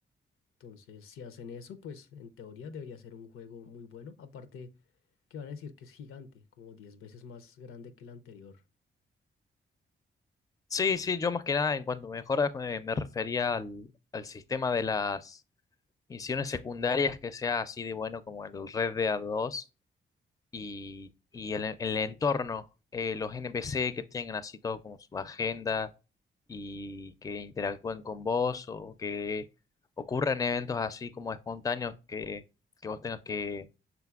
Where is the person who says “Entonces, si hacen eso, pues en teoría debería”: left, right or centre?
Left